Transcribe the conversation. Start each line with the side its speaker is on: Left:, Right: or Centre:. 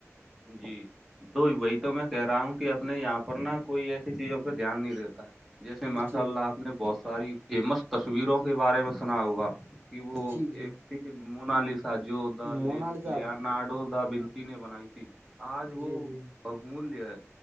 Centre: جی تو وہی تو میں کہہ رہا ہوں کہ اپنے یہاں پر نا کوئی ایسی چیزوں پہ دھیان نہیں دیتا ہے جیسے ماشاء
Right: جی
Centre: اللہ آپ نے بہت ساری فیمس تصویروں کے بارے میں سنا ہوگا کہ وہ
Right: جی جی
Centre: ایک تھی مونالس س جو د
Right: مونال صاحب
Centre: لارڈو
Right: ہاں
Centre: دا بنی نے بنائی تھی آج
Right: جی
Centre: وہ
Right: جی
Centre: بہ مولیہ ہے